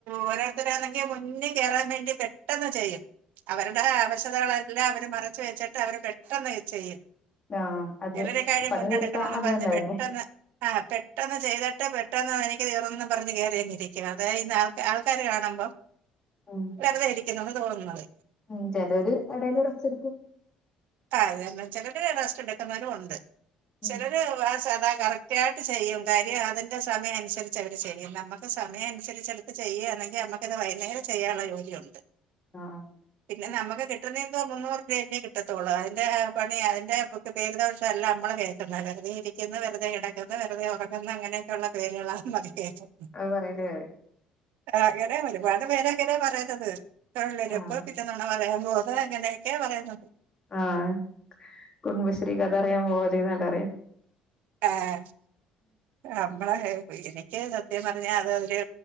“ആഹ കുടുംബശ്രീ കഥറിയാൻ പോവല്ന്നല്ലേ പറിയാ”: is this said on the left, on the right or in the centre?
Left